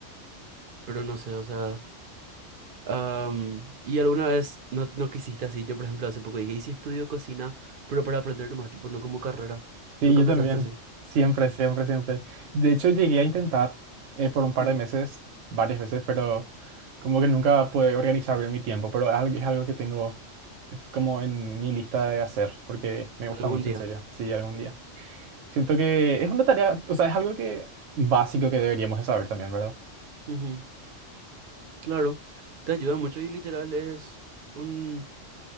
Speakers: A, on the right; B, on the right.
A: Pero no sé, o sea. am, y alguna vez no, no quisiste así. Yo, por ejemplo, hace poco dije, ¿y si estudio cocina? Pero para aprender nomás, tipo, no como carrera.
B: Sí,
A: Nunca
B: yo
A: pensaste
B: también.
A: así.
B: Siempre, siempre, siempre. De hecho, llegué a intentar eh, por un par
A: Mm,
B: de meses, varias veces, pero como que nunca pude organizar bien mi tiempo, pero es algo, es algo que tengo eh, como en mi lista de hacer, porque me gusta
A: Algún
B: mucho,
A: día.
B: en serio, sí, algún día. Siento que es una tarea, o sea, es algo que básico que deberíamos de saber también, ¿verdad?
A: Ujú, Claro. Te ayuda mucho y literal es un